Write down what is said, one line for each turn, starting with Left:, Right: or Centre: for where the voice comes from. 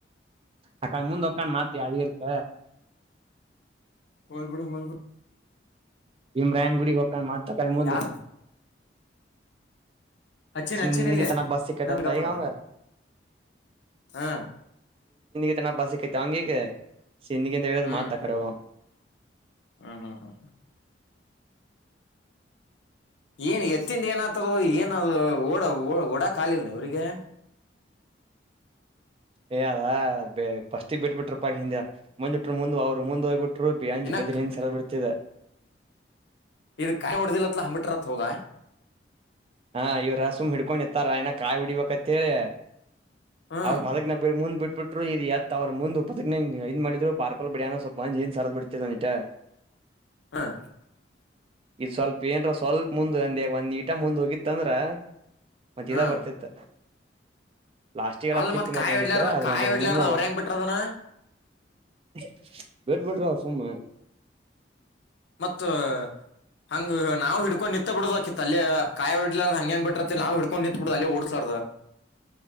Right: ಅಕ್ಕಾ ಮೂಂದೊಕ್ಕನ್ ಮಾತಿ ಅಳಿರ್ಕ
Left: ಹಯಬಡ ಹಲ್ಬ <unintelligible>
Right: ಇಮ್ರಾಯನ್ ಗುಡಿಗೆ ಹೊಕ್ಕನ್ ಮ ತಕಳ್ ಮುಂದ್
Left: ಯಾವ್ದ ಅಚ್ಚೇನ
Right: ಸಿಂದಗಿ
Left: ಅಚ್ಚೇನಲ್ಲಿಯ
Right: ತನ ಬಸ್ ಸಿಕ್ಕೈತತ್ತ
Left: ನು ಗಪ್ಪದ
Right: ಈಗ ಅವಂಗ
Left: ಹಾ
Right: ಎನ ಬಾಸಿಕ ತಾಂಗಗೆ <unintelligible> <unintelligible> ಚಿಂತಕಂತ ಹೇಳದು
Left: ಹ್ಮ್
Right: ಮಾತ್ರಕ್ಕ ರೋಗ
Left: ಹ್ಮ್ ಹ್ಮ್ ಹ್ಮ್. ಏನ್ ಎತ್ತಿಂಡ್ ಏನ ಆತದು ಏನ ಅದು ಓಡ ಓ ಓಡಾಕಾಲಿಲ್ನ ಇವ್ರಿಗೆ
Right: ಏ ಅದ ಬೆ ಫಸ್ಟಿ ಬಿಟ್ಬಿಟ್ರ ಪ ಹಿಂದೆ ಮುಂದ್ ಬಿಟರು ಮುಂದ್ ಅವ್ರು ಮುಂದ್ ಹೋಗ್ಬಿಟ್ ಟ್ರು ಬಿ ಅಂಜು
Left: ಇನ್ನ
Right: ಬದ್ರ
Left: ಕ-
Right: ಹಿಂದ್ ಸಲ ಬರ್ತಿದೆ
Left: ಇ ಕಾಯಿ ಹೊಡ್ದಿಲ್ಲತ್ ಹಂಗ್ <unintelligible> ಬಿಿಟ್ರತ್ ಹೋಗ
Right: ಹಾ ಇವ್ರ ಸುಮ್ ಹಿಡ್ಕೊಂಡ ನಿಂತ್ತಾರ ಇನ ಕಾಯಿ ಹೊಡಿಬೇಕಂತ್ ಹೇಳಿ
Left: ಹ್ಮ್
Right: ಅವರು ಬಲಗ್ನ ಬಿ ಮುಂದ್ ಬಿಟ್ಬಿಟ್ ಇ <unintelligible> ಎತ್ ಅವರು ಮು್ <unintelligible> ಪತ್ತನ ಇದ್ ಮಾಡಿದ್ ಪಾರ್ಕೊಂ <unintelligible> ಡ ಬಿಡ ಅಾನೋ ಸ್ವಲ್ಪಂದ ಏನ್ ಸರದ್ ಬಿಡ್ತ್ <unintelligible>
Left: ಹ್ಮ್
Right: ಇದು ಸ್ವಲ್ಪ ಏನ್ರ ಸ್ವಲ್ಪ ಮುಂದೆ ಒಂದೆ ಒಂದ್ ಇಟ ಮುಂದ ಹೋಗಿ ಇತ್ತಂದ್ರ ಮ
Left: ಹ್ಮ್
Right: ಬರ್ತಿತ್ತ ಲಾಸ್ಟಿಗೆಲ್ಲ
Left: ಅಲ್ಲ
Right: ಅಕ್ಕಿತಿ ಮತ್
Left: ಕಾಯಿ
Right: ಒಂದಿಟ್ಟ
Left: ಹೊಡ್ಲಾರ್ದ
Right: ಆದದ್ರೆ
Left: ಕಾಯಿ
Right: ಅ್ರ
Left: ಹೊಡ್ಲಾರ್ದ
Right: ಹನ್ನಂದ ಹೋತ
Left: ಅವ್ರ ಹೆಂಗ್ ಬಿಟ್ರದನ
Right: <unintelligible> <unintelligible> ವಟ್ ಬಿಟರ ಸುಮ್ಮ
Left: ಮತ್ ಹಂಗ್ ನಾವ್ ಇಡ್ಕೊಂಡು ನಿಂತ್ ಬಿಡ್ ಬೇಕಿತ್ ಆ ಅಲ್ಲಿ ಕಾಯಿ ಇಡ್ಲಾರದ ಹಂಗೆ <unintelligible> ಬಿರತತಿ ನಾವು ಹಡ್ಕೊಂಡು ನಿಂತತ್ ಬಿಡುದ ಅಲ್ಲಿ ಓಡ್ಸಾರರ್ ಬ